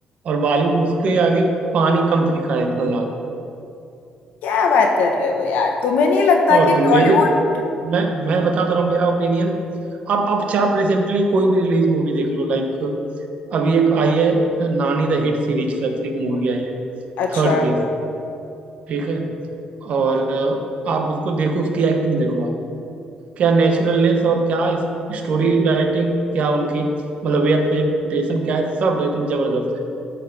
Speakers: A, on the right; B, on the left.
A: और बॉलीवुड उसके आगे पानी कम फीका है इतना जान लो
B: क्या बात कर रहे हो यार तुम्हें नहीं लगता
A: और
B: कि
A: कम
B: टॉलीवुड
A: मेरे मैं मैं बता तो रहा हूँ मेरा ओपिनियन आप आप चाहे आप रिसेंटली कोई भी रिलीज मूवी देख लो लाइक अभी एक आई है नानी द हिट सीरीज करके एक मूवी आई है
B: अच्छा
A: थर्ड केस ठीक है और अ, आप उसको देखो उसकी एक्टिंग देखो आप क्या नेचुरलनेस और क्या स्टोरी राइटिंग क्या उनकी मतलब वे ऑफ प्रेजेंटेशन क्या है सब एकदम जबरदस्त है